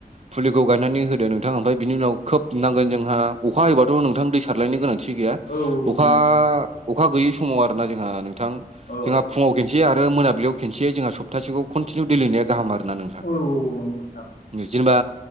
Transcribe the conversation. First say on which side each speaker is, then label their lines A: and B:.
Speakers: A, on the right; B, on the left.
A: फुलिखौ गायनानै होदो नोंथाङा ओमफ्राय बिनि उनाव खोब नांगोन जोंहा अखा हयोबाथ' नोंथां दै सारलायनायनो गोनांथि गैया
B: औ औ
A: अखा
B: नंगौ नोंथां
A: अखा गैयि स समाव आरो ना जोंहा नोंथां
B: औ
A: जोंहा फुङाव खनसे आरो मोनाबिलियाव खनसे जोंहा सप्तासेखौ खन्टिनिउ दै लुनाया गाहाम आरोना नोंथां
B: औ नंगौ नोंथां
A: जेनेबा